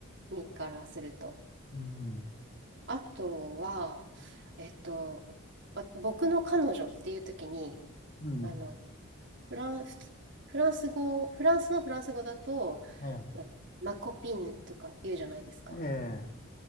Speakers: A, on the right; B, on the left.
A: 身からすると。
B: うん、
A: あとは、えっと、わ僕の彼女っていう時に、
B: うん、
A: あの、フラン、フフランス語、フランスのフランス語だと、
B: え
A: なマコピンヌとか言うじゃないですか。
B: え、ええ、